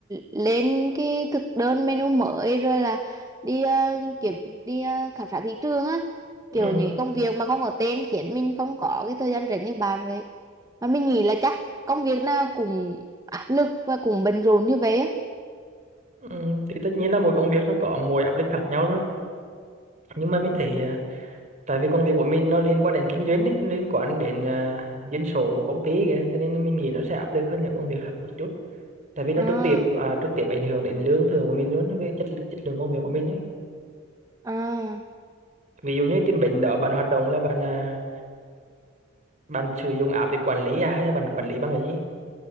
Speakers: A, on the right; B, on the right.
A: lên cái thực đơn menu mới rồi là đi ờ, kiểm đi ờ, khảo sát thị trường á
B: ừ.
A: kiểu những công việc mà không có tên khiến mình không có cái thời gian rảnh như bạn vậy mà mình nghĩ là chắc công việc nào cũng áp lực và cũng bận rộn như vậy á.
B: Ừ. thì tất nhiên là mỗi công việc nó có mỗi áp lực khác nhau rồi nhưng mà mình thấy ờ, tại vì công việc của mình nó liên quan đến kinh doanh ấy, liên quan đến à, dân số của công ty kìa cho nên mình nghĩ nó sẽ áp lực hơn những công việc khác một chút tại vì nó
A: à
B: trực tiếp à, trực tiếp ảnh hưởng đến lương thưởng của mình luôn về chất lượng- chất lượng công việc của mình ấy
A: à
B: ví dụ như tìm bệnh đó bạn hoạt động là bạn à, bạn sử dụng app để quản lý à, hay là bạn quản lý bằng cái gì